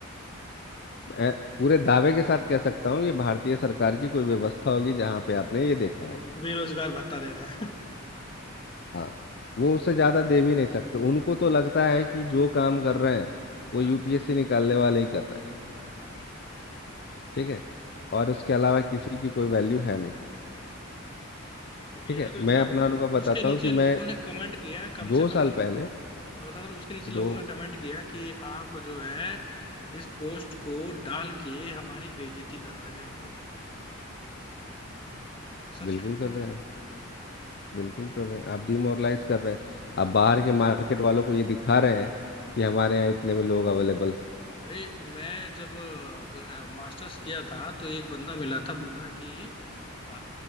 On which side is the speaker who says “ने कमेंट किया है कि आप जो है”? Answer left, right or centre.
Left